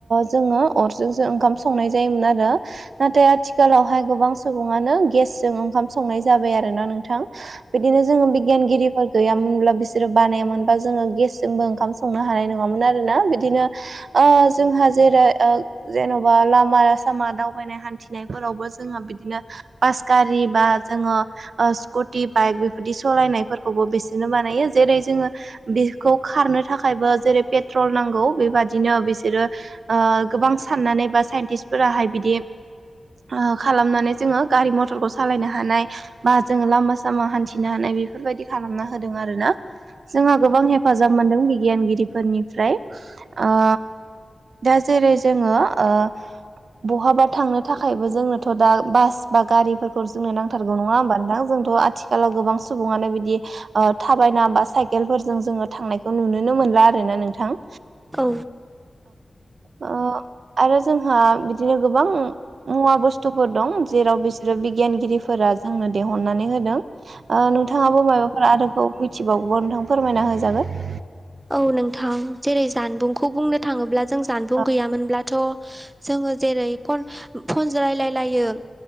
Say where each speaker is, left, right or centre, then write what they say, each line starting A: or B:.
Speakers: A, on the right (about 80°); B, on the right (about 20°).
A: जोङो अरजोंसो ओंखाम संनाय जायोमोन आरो नाथाय आथिखालावहाय गोबां सुबुङानो गेसजों ओंखाम संनाय जाबाय आरो ना नोंथां बिदिनो जोङो बिगियानगिरिफोर गैयामोनब्ला बिसोरो बानायामोनबा जोङो गेसजोंबो ओंखाम संनो हानाय नंङामोन आरोना बिदिनो ओ जोंहा जेरै ओ जेन'बा लामा सामा दावबायनाय हान्थिनायफोरावबो जोंहा बिदिनो बास गारि बा जोङो ओ स्कुटि बाइक बेफोरदि स'लायनायफोरखौबो बेसोरनो बानायो जेरै जोङो बेखौ खारनो थाखायबो जेरै पेट्रल नांगौ बेबादिनो बिसोरो ओ गोबां साननानै बा साइन्टिस फोराहाय बिदि ओ खालामनानै जोङो गारि मथरखौ सालायनो हानाय बा जोङो लामा सामा हान्थिनो हानाय बेफोरबायदि खालामना होदों आरो ना जोंहा गोबां हेफाजाब मोनदों बिगियानगिरिफोरनिफ्राय आ दा जेरै जोङो ओ बहाबा थांनो थाखायबो जोंनोथ' दा बास बा गारिफोरखौ जोंनो नांथारगौ नङा होमबा नोंथां जोंथ' आथिखालाव गोबां सुबुङानो बिदि ओ थाबायना बा साइकेलफोरजों जोङो थांनायखौ नुुनोनो मोनला आरो ना नोंथां
B: औ
A: आ आरो जोंहा बिदिनो गोबां मुवा बुस्थुफोर दं जेराव बिसोरो बिगियानगिरिफोरा जोंनो दिहुननानै होदों आ नोंथाङाबो माबाफोर आरोबाव मिथिबावगौबा नोंथांआ फोरमायना होजागोन
B: औ नोंथां जेरै जानबुंखौ बुंनो थाङोब्ला जों जानबुं
A: औ
B: गैयामोनब्लाथ' जोङो जेरै फन फनजों रायलायलायो